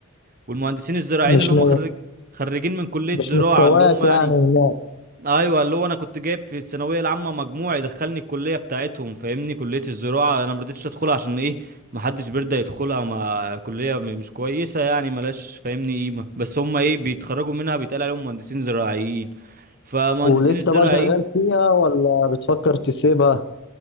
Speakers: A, on the right; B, on the left.
A: والمهندسين الزراعيين
B: مش
A: اللي
B: م...
A: هم خريج خريجين من كليه
B: مش
A: زراعه
B: مستواك
A: اللي هم
B: يعني
A: يعني
B: هناك
A: ايوه اللي هو انا كنت جايب في الثانويه العامه مجموع يدخلني الكليه بتاعتهم فاهمني كليه الزراعه انا ما رضيتش ادخلها عشان ايه ما حدش بيرضى يدخلها ما كليه م- مش كويسه يعني ملاش فاهمني قيمه بس هم ايه بيتخرجوا منها بيتقال عليهم مهندسين زراعيين فمهندسين
B: ولسه
A: الزراعيين
B: بقى شغال فيها ولا بتفكر تسيبها؟